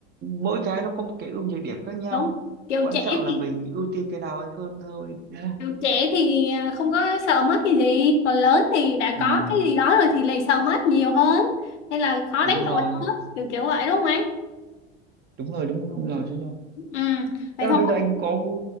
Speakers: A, on the right; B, on the left.
A: mỗi cái nó có một cái ưu nhược điểm khác nhau
B: đúng kiểu
A: quan
B: trẻ
A: trọng
B: thì
A: là mình ưu tiên cái nào hay hơn thôi đúng không?
B: kiểu trẻ thì à, không có sợ mất cái gì còn lớn thì đã
A: ừ,
B: có cái gì đó rồi thì lại sợ mất nhiều hơn nên là khó
A: đúng
B: đánh
A: rồi
B: đổi hơn kiểu kiểu vậy đúng không anh
A: đúng rồi đúng rồi đúng rồi đúng rồi
B: ừ vậy
A: chắc là
B: thôi
A: bây giờ anh có